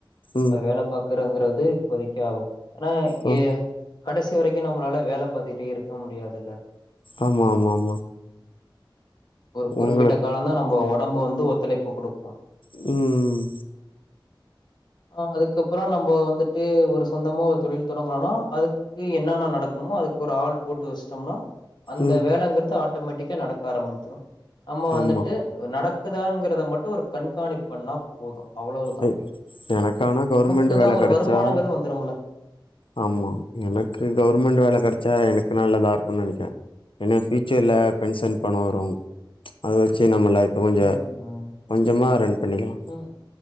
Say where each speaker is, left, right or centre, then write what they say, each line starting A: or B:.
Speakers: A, on the left; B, on the left.
A: நம்ப
B: ம்
A: வேல பாக்கறோங்றது இப்போதைக்கு ஆவாது ஏனா
B: ஓ
A: ஏ கடைசி வரைக்கு நம்மளால வேல பாத்துட்டே இருக்க முடியாதில்ல
B: ஆமா ஆமா ஆமா
A: ஒரு குறிப்பிட்ட
B: உங்களுக்கு
A: காலந்தா நம்ப ஒடம்பு வந்து ஒத்துழைப்பு குடுக்கும்
B: ம் ம்
A: ஆ அதுக்கப்பறோ நம்ப வந்துட்டு ஒரு சொந்தமா தொழில் தொடங்குறோன்னா அது க்கு என்னன்ன நடக்கணுமோ அதுக்கு ஒரு ஆள் போட்டு வஸ்ட்டம்ன்னா அந்த
B: ம்
A: வேலங்கிறது ஆட்டோமேட்டிக்கா நடக்க ஆரம்பிச்சிரு நம்ம வந்துட்டு
B: ஆமா
A: அ நடக்குதாங்கிறத மட்டு ஒரு கண்காணிப் பண்ணா போது அவ்வளவ்தா
B: எ எனக்கானா கவர்மெண்ட்
A: நமக்குதா
B: வேல
A: ஒரு
B: கெடச்சா
A: வருமானங்கிறது வந்துருமில்ல
B: ஆமா எனக்கு கவுர்மெண்டு வேல கெடச்சா எனக்கு நல்லதா இருக்குன் நெனைக்கிறே ஏனா ஃப்யூச்சர்ல பென்ஷன் பணோ வரு அத வெச்சு நம்ம லைஃப கொஞ்ச
A: ம் ம்
B: கொஞ்சமா ரன் பண்ணிக்கலா
A: ம்